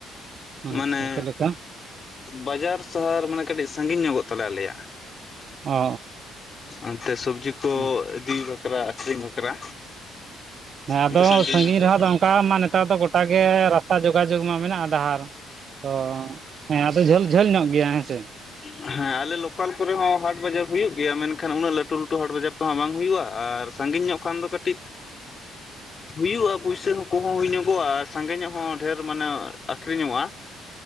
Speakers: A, on the left; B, on the right.
A: ᱢᱟᱱᱮ,
B: ᱟᱪᱪᱷᱟ ᱪᱮᱫ ᱞᱮᱠᱟ
A: ᱵᱟᱡᱟᱨ ᱥᱟᱦᱟᱨ ᱢᱟᱱᱮ ᱠᱟᱹᱴᱤᱡ ᱥᱟᱺᱜᱤᱧ ᱧᱚᱜᱚᱜ ᱛᱟᱞᱮ ᱟᱞᱮᱭᱟᱜ᱾
B: ᱚ
A: ᱚᱱᱛᱮ ᱥᱚᱵᱡᱤ ᱠᱚ
B: ᱚ
A: ᱤᱫᱤ ᱵᱟᱠᱷᱨᱟ ᱟᱹᱠᱷᱨᱤᱧ ᱵᱟᱠᱷᱨᱟ᱾
B: ᱦᱮᱸ ᱟᱫᱚ
A: ᱚᱱᱛᱮ
B: ᱥᱟᱺᱜᱤᱧ
A: ᱧᱚᱜᱚᱜᱼᱟ
B: ᱨᱮᱦᱚᱸ ᱫᱚ ᱚᱝᱠᱟᱼᱟᱜ ᱢᱟ ᱱᱮᱛᱟᱨ ᱫᱚ ᱜᱚᱴᱟ ᱜᱮ ᱨᱟᱥᱛᱟ ᱚᱱᱠᱟ ᱡᱳᱜᱟᱡᱳᱜᱽ ᱢᱟ ᱢᱮᱱᱟᱜ ᱰᱟᱦᱟᱨ, ᱛᱚ ᱦᱮᱸ ᱟᱫᱚ ᱡᱷᱟᱹᱞ ᱡᱷᱟᱹᱞ ᱧᱚᱜ ᱜᱮᱭᱟ, ᱦᱮᱸ ᱥᱮ᱾
A: ᱦᱮᱸ, ᱟᱞᱮ ᱞᱳᱠᱟᱞ ᱠᱚᱨᱮ ᱦᱚᱸ ᱦᱟᱴ ᱵᱟᱡᱟᱨ ᱦᱩᱭᱩᱜ ᱜᱮᱭᱟ᱾ ᱢᱮᱱᱠᱷᱟᱱ ᱩᱱᱟᱹᱜ ᱞᱟᱹᱴᱩ ᱞᱟᱹᱴᱩ ᱦᱟᱴ ᱵᱟᱡᱟᱨ ᱛᱚ ᱦᱟᱸᱜ ᱵᱟᱝ ᱦᱩᱭᱩᱜᱼᱟ᱾ ᱟᱨ ᱥᱟᱺᱜᱤᱧ ᱧᱚᱜ ᱠᱷᱟᱱ ᱫᱚ ᱠᱟᱹᱴᱤᱡ ᱦᱩᱭᱩᱜᱼᱟ ᱯᱩᱭᱥᱟ ᱦᱚᱸ ᱠᱚᱦᱚᱸ ᱦᱩᱭ ᱧᱚᱜᱚᱜᱼᱟ, ᱟᱨ ᱥᱟᱸᱜᱮ ᱧᱚᱜ ᱦᱚᱸ ᱰᱷᱮᱸᱨ ᱢᱟᱱᱮ ᱟᱹᱠᱷᱨᱤᱧᱚᱜᱼᱟ᱾